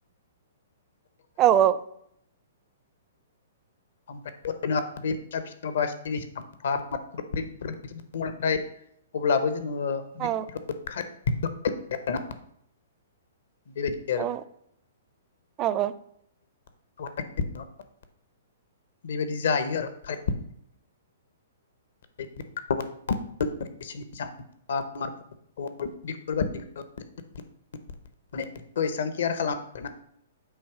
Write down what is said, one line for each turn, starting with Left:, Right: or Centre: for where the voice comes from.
Right: औ औ
Left: <unintelligible> जोङो <unintelligible> <unintelligible>
Right: औ
Left: बेबायदि आरो
Right: औ औ औ
Left: <unintelligible> बेबायदि जायो आरो <unintelligible> <unintelligible> एसां केयार खालामा आरोना